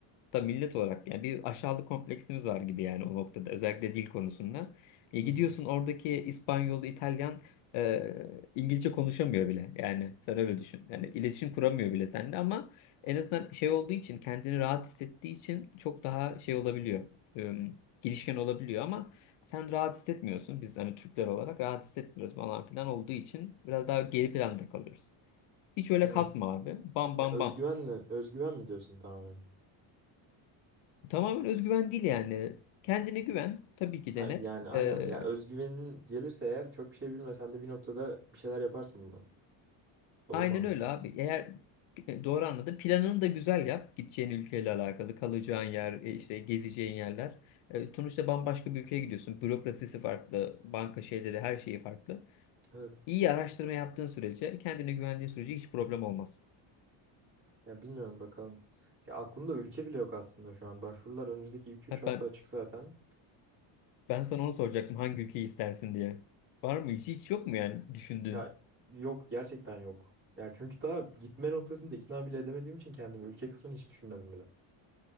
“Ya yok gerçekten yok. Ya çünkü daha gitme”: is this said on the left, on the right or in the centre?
Right